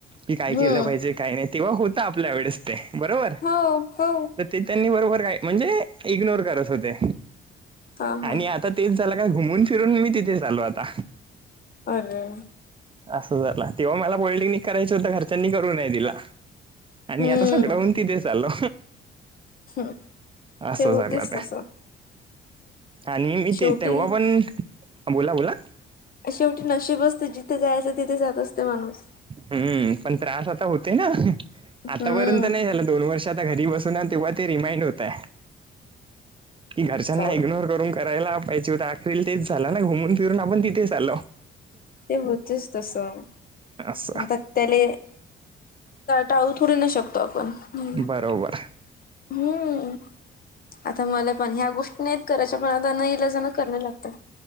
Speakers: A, on the right; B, on the left.
A: की काय
B: हम्म
A: केलं पाहिजे. काही नाही तेव्हा होत आपल्या वेळेस ते बरोबर.
B: हो हो
A: ते त्यांनी बरोबर काय म्हणजे इग्नोर करत होते
B: हा हा
A: आणि आता ते तेच झालं का घुमून फिरून मी तिथेच आलो आता.
B: अरे.
A: असं झालं तेव्हा मला पॉलिटेक्निक करायच होत घरच्यांनी करू नय दिल आणि
B: हम्म
A: आता सगळं तिथे चाललो
B: हम्म
A: असं
B: ते होतेच
A: झालं.
B: तसं
A: आणि मी
B: शेवटी
A: ते तेव्हा पण बोला बोला.
B: शेवटी नशीब असते जिथे जायचं तिथे जात असते माणूस.
A: हम्म पण त्रास आता होते ना
B: हम्म
A: आतापर्यंत नाही झाला दोन वर्ष आता घरी बसून -- पुन्हा तेव्हा ते रिमाइंड होतय. कि घरच्यांना
B: चावल
A: इग्नोर करून करायला पाहिजे होत अखरील तेच झालं ना घुमून फिरून आपण तिथेच आलो.
B: ते होतयच तस आता
A: असं
B: त्याले टाळू थोडू न शकतो आपण हम्म.
A: बरोबर
B: हम्म आता मला पण ह्या गोष्टी नाहीत करायच्या पण अता न इल्याजण करण लागतंय.